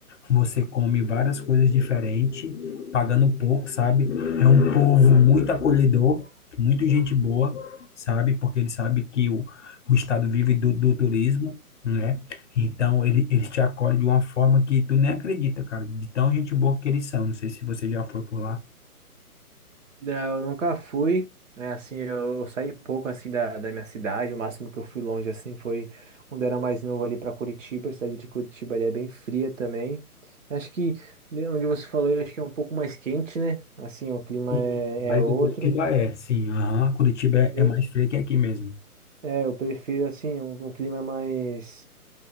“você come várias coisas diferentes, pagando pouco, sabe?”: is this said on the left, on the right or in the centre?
Left